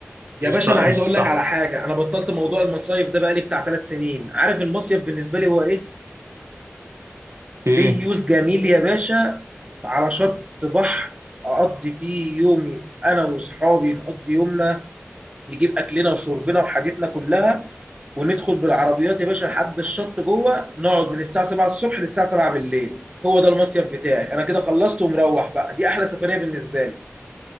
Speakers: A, on the right; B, on the right.
A: يا
B: مش الص...
A: باشا
B: مش
A: انا عايز اقول
B: الصح
A: لك على حاجه انا بطلت موضوع المصايف ده بقالي بتاع ثلاث سنين عارف المصيف بالنسبه لي هو ايه
B: ايه
A: ديوز جميل يا باشا على شط بحر اقضي فيه يومي انا واصحابي نقضي يومنا نجيب اكلنا وشربنا وحاجتنا كلها وندخل بالعربيات يا باشا لحد الشط جوه نقعد من الساعه 7 الصبح للساعه 7 بالليل هو ده المصيف بتاعي انا كده خلصت ومروح بقى دي احلى سفريه بالنسبه لي